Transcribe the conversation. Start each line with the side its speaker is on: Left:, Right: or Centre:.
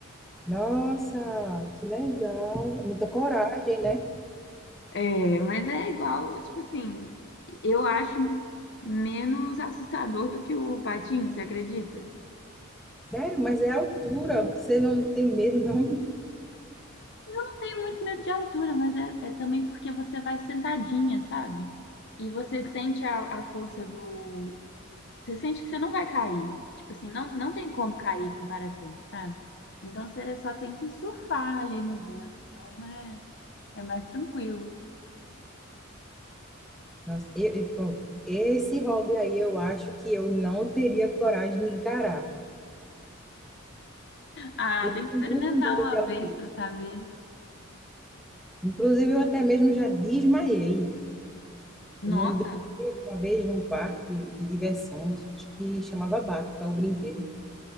Centre: Nossa, que legal. É muita coragem, né?
Left: É, mas é igual, tipo assim, eu acho menos assustador do que o patim, você acredita?
Centre: Sério, mas é a altura. Você não tem medo, não?
Left: Eu não tenho muito medo de altura, mas é, é também porque você vai sentadinha, sabe? E você sente a, a força do. Você sente que você não vai cair. Tipo assim, não, não tem como cair com parapente, sabe? Então você só tem que surfar ali no vento. Então é, é mais tranquilo.
Centre: Nossa, e e pronto. Esse hobby aí eu acho que eu não teria coragem de encarar.
Left: Ah,
Centre: Eu
Left: tem
Centre: tenho
Left: que experimentar
Centre: muito medo
Left: uma
Centre: de altura.
Left: vez pra saber.
Centre: Inclusive, eu até mesmo já desmaiei.
Left: Nossa,
Centre: E um brinquedo, uma vez, num parque de diversões, acho que chamava Barca, o brinquedo.